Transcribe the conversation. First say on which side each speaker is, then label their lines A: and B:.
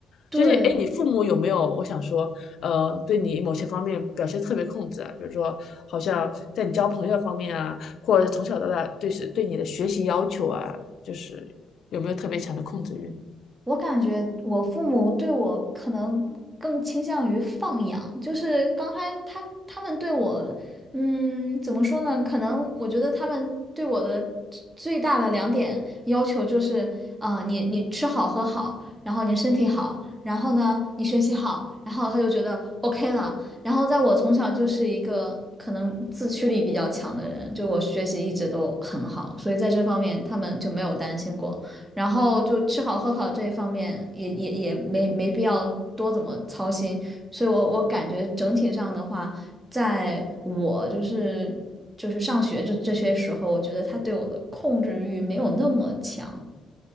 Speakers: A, on the right; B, on the left.
A: 对，
B: 就是哎，诶你父母有没有？我想说，呃，对你某些方面表现特别控制啊，比如说，好像在你交朋友方面啊，或者从小到大对是对你的学习要求啊，就是有没有特别强的控制欲？
A: 我感觉我父母对我可能更倾向于放养，就是刚开他他们对我，嗯，怎么说呢？可能我觉得他们对我的最大的两点要求就是，啊、你你吃好喝好，然后你身体好，然后呢你学习好，然后他就觉得 OK 了。然后在我从小就是一个可能自驱力比较强的人，就我学习一直都很好，所以在这方面他们就没有担心过。然后就吃好喝好这一方面也也也没没必要多怎么操心，所以我我感觉整体上的话，在我就是就是上学这这些时候，我觉得他对我的控制欲没有那么强，